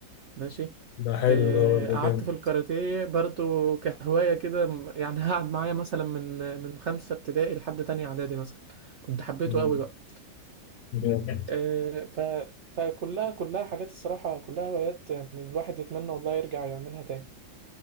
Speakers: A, on the right (about 85°); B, on the left (about 70°).
A: ماشي
B: ده حلو
A: آه،
B: ده برضه
A: قعدت
B: جامد
A: في الكاراتيه برضو كهواية كده م- يعني قعد معايا مثلا من من خمسة ابتدائي لحد تانية اعدادي مثلا كنت حبيته
B: مم،
A: قوي بقى
B: جامد
A: آه، ف فكلها كلها حاجات الصراحة كلها هوايات يعني الواحد يتمنى والله يرجع يعملها تاني